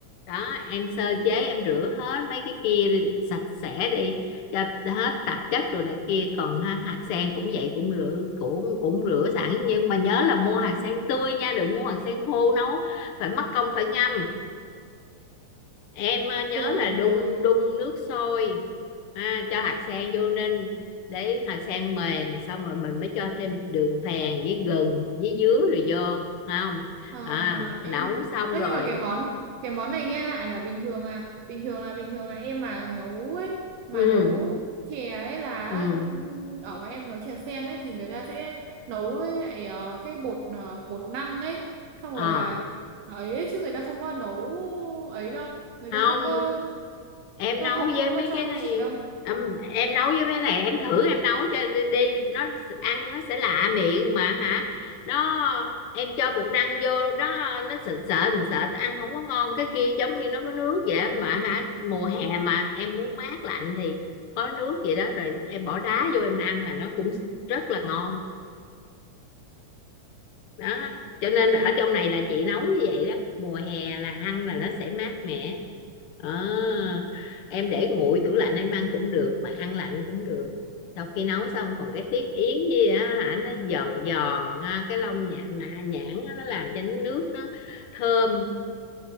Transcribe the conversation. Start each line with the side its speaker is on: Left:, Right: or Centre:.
Left: đó em sơ chế em rửa hết mấy cái kia đi, sạch sẽ đi cho hết tạp chất rồi này kia còn ha, hạt sen cũng vậy cũng rửa cũng cũng rửa sẵn nhưng mà nhớ là mua hạt sen tươi nha đừng mua hạt sen khô nấu phải mất công phải ngâm em ờ, nhớ
Right: rồi
Left: là đun
Right: rồi
Left: đun nước sôi ha, cho hạt sen vô ninh để hạt sen mềm xong rồi mình mới cho thêm đường phèn với gừng với dứa rồi vô không
Right: Ờ,
Left: à
Right: ờ,
Left: nấu
Right: em
Left: xong
Right: ơ
Left: rồi
Right: nhưng mà cái món cái món này nghe lạ nhỉ bình thường là bình thường là bình thường là em mà nấu ấy mà
Left: ừ
Right: nấu chè ấy là
Left: ừ
Right: ừm, ở ngoài em nấu chè sen ấy thì người ta sẽ nấu với lại, ờ, cái bột ờ, bột năng ấy xong rồi
Left: à
Right: là ấy, ấy chứ người ta không có nấu ấy đâu người
Left: không
Right: ta không có
Left: em
Right: không
Left: nấu
Right: không
Left: với mấy
Right: có cho
Left: cái
Right: như
Left: này
Right: chị đâu
Left: em, em nấu với mấy này em thử em nấu cho đi, đi nó s- ăn nó sẽ lạ miệng mà hả nó em cho bột năng vô nó nó sệt sệt sệt ăn không có ngon cái kia giống như nó có nước vậy á mà hả mùa hè mà em muốn mát lạnh thì có nước vậy đó rồi em bỏ đá vô em ăn là nó cũng rất là ngon đó cho nên ở trong này là chị nấu như vậy đó mùa hè là ăn là nó sẽ mát mẻ à, em để nguội tủ lạnh em ăn cũng được mà ăn lạnh cũng được sau khi nấu xong còn cái tiết yến gì á hả nó giòn giòn ha, cái lông nhãn nạ nhãn á, nó làm cho nước nó thơm